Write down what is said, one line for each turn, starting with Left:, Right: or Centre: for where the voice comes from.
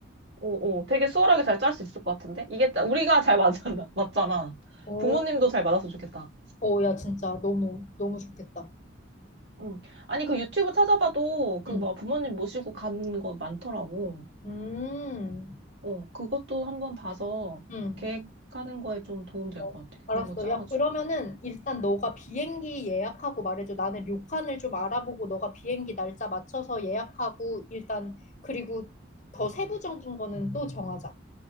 Right: 오, 오. 되게 수월하게 잘 짤 수 있을 것 같은데? 이게, 딱 우리가 잘 맞잖아. <laughs> 맞잖아.
Left: 어,
Right: 부모님도 잘 맞았으면 좋겠다.
Left: 어, 야, 진짜 너무, 너무 좋겠다.
Right: 응. 아니, 그 유튜브 찾아봐도 그
Left: 응,
Right: 뭐 부모님 모시고 간 거 많더라고.
Left: 음,
Right: 어, 그것도 한번 봐서
Left: 응.
Right: 계획하는 거에 좀 도움 될
Left: 어,
Right: 것 같아.
Left: 알았어.
Right: 그런 거 짜가지고.
Left: 야, 그러면은 일단 너가 비행기 예약하고 말해줘. 나는 료칸을 좀 알아보고 너가 비행기 날짜 맞춰서 예약하고 일단 그리고 더 세부적인 거는 또 정하자.